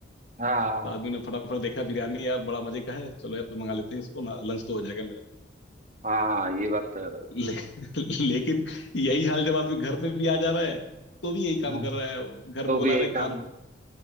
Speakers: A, on the right (about 40°); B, on the left (about 70°).
A: हाँ हाँ
B: तो आदमी ने फटाफट देखा बिरयानी यार बड़ा मजे का है चलो यार मंगा लेते हैं इसको ना लंच तो हो जाएगा मेरा
A: हाँ, हाँ, ये बात तो है भाई
B: ले, <laughs> लेकिन यही हाल जब आदमी घर पे भी आ जा रहा है तो भी यही काम
A: हाँ
B: कर रहा है घर
A: तो
B: पे बुला
A: भी यही
B: रहे
A: काम
B: खाना
A: है